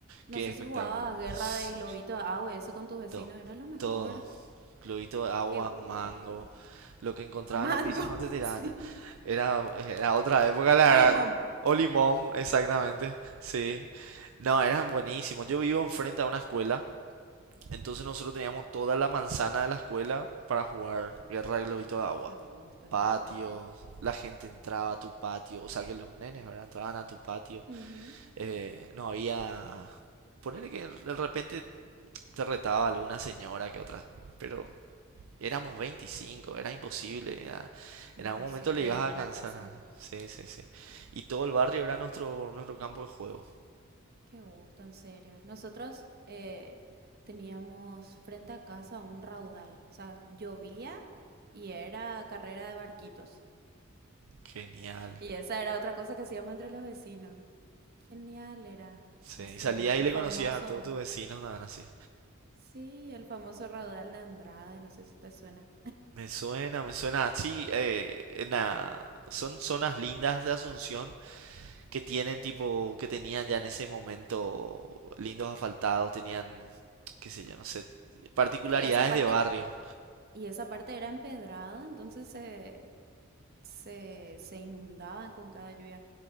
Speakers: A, on the right (about 50°); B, on the right (about 75°).
A: No
B: qué
A: sé
B: espectáculo.
A: si jugabas guerra
B: Sí.
A: de globito de agua y eso con tus vecinos,
B: todo
A: era lo mejor.
B: Todo. Globito de agua,
A: Qué gusto.
B: mango. Lo que encontraba
A: Mango,
B: en el piso no te tiraban.
A: <laughs> sí.
B: Era, era otra época, la
A: O
B: verdad.
A: limón.
B: O limón, exactamente. Sí. No, eran buenísimos. Yo vivo enfrente a una escuela, entonces nosotros teníamos toda la manzana de la escuela para jugar guerra de globito de agua.
A: Qué gusto,
B: Patios,
A: qué gusto.
B: la gente entraba a tu patio, o sea que los nenes, ¿verdad? Entraban a tu patio.
A: Ujú.
B: Eh, no había... Ponele que de repente te retaba alguna señora que otra, pero Éramos 25, era imposible. Era,
A: Imposible
B: en algún momento le ibas
A: en
B: a alcanzar
A: una casa.
B: a... Sí, sí, sí. Y todo el barrio era nuestro, nuestro campo de juego.
A: Qué gusto, en serio. Nosotros eh, teníamos frente a casa un raudal. O sea, llovía y era carrera de barquitos.
B: Genial.
A: Y esa era otra cosa que hacíamos entre los vecinos. Genial era,
B: Sí,
A: en serio.
B: y salías
A: El
B: y le
A: famoso,
B: conocías a todos tus vecinos, nada así.
A: sí, el famoso raudal de Andrade, no sé si te suena.
B: Me suena, me suena. Sí, eh, en la- son zonas lindas de Asunción que tienen tipo, que tenían ya en ese momento lindos asfaltados, tenían, qué sé yo, no sé, particularidades
A: Sí, esa parte,
B: de barrio.
A: y esa parte era empedrada, entonces se, se, se inundaba con cada lluvia.